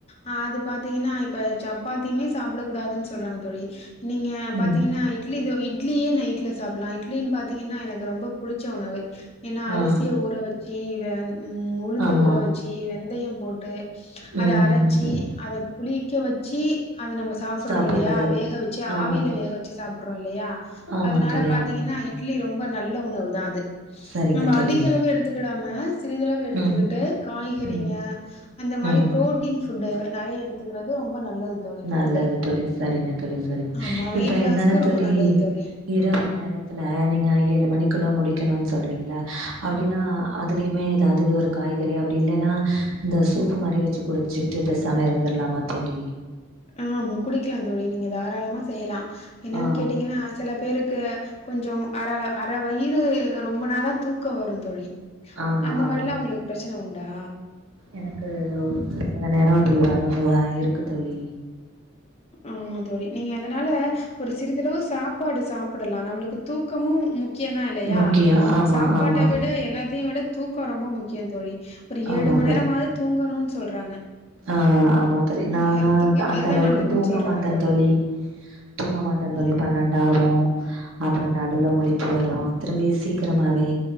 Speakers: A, on the left (about 30°); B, on the right (about 80°).
A: ஆ அது பாத்தீங்ன்னா இப்ப சப்பாத்தியுமே சாப்ட கூடாதுன் சொல்றாங்க தோழி நீங்க
B: ம்
A: பாத்தீங்ன்னா இட்லி தோ இட்லியே நைட்ல சாப்புல்லா இட்லின்னு பாத்தீங்கன்னா எனக்கு ரொம்ப புடிச்ச உணவு ஏனா
B: ஆ
A: அரிசிய ஊற வச்சி வெ ம் உளுந்த
B: ஆமா
A: ஊற வச்சி வெந்தயம் போ ட்டு அத
B: ம்
A: அரச்சி அத புளிக்க வச்சி அத நம்ம சாப்பறோ
B: சாப்பிடுறது
A: இல்லையா வேக வச்சி
B: ஆமா
A: ஆவியில
B: தோழி.
A: வேக வச்சி சாப்பறோ இல்லையா
B: ஆமாங்
A: அதனால
B: தோழி
A: பாத்தீங்கன்னா
B: ஆமா
A: இட்லி ரொம்ப நல்ல உணவு தா அது
B: சரிங்க
A: நம்ப
B: தோழி
A: அதிக அளவு எடு த்துக்கிடாம சிறிதளவு எடுத்துக்கிட்டு
B: ம்
A: காய்கறிங்க
B: ம்
A: அந்த மாரி
B: ம்
A: ப்ரோட்டீன் ஃபுட்டு நறைய எடுத்துக்கிறது ரொம்ப நல்லது தோழி
B: நல்லது
A: நமக்கு.
B: தோழி சரிங்க தோழி சரிங்க
A: ஆமா, வெயிட்
B: இப்ப
A: லாஸ்க்கு
B: என்னனா தோழி
A: ரொம்ப நல்லது தோழி.
B: இரவு நேரத்துல நீங்க ஏழு மணிக்குள்ள முடிக்கணுன் சொல்றீங்ளா அப்டின்னா அதுலயுமே ஏதா து ஒரு காய்கறி அப்டி இல்லேனா இந்த சூப்பு மாரி வச்சு குடிச்சிட்டு பேசாம இருந்திர்லாமா தோழி
A: ஆம் குடிக்கலா தோழி நீங்க தாராளமா செய்யலா என்னன்
B: ஆ
A: கேட்டீங்கன்னா செல பேருக்கு கொஞ்சோ அரர அர வயிறு ரொம்புனாத தூக்கோ வரு தோழி
B: ஆமா
A: அந்த
B: ஆமா
A: மாரிலா உங்ளுக்கு பிரச்சன உண்டா
B: எனக்கு சில நேரோ அப்டி வரு வா இருக்கு தோழி
A: ஆமா தோழி நீங்க அதனால ஒரு சிறிதளவு சாப்பாடு சாப்டலா நம்ளுக்கு தூக்கமு முக்கியோ தா இல்லையா
B: முக்கியோ ஆமா
A: சாப்பாட்ட
B: ஆமா
A: விட எல்லாத்தையு விட தூக்கோ ரொம்ப முக்கியோ தோழி ஒரு
B: ஆமா
A: ஏழு மண் நேரமாது தூங்கணூன் சொல்றாங்க
B: அ ஆமா தோழி
A: நம்ம
B: நானா
A: ஹெல்த்துக்கு
B: அந்த
A: அதுதான்
B: அளவுக்கு
A: நல்லதுன்னு
B: தூங்க
A: சொல்றாங்க
B: மாட்ட தோழி தூங்க மாட்ட தோழி
A: ம்.
B: பண்ணண்டாவோ அப்றோ நடுவுல முழிப்பு வரு திரும்பி சீக்கிரமாவே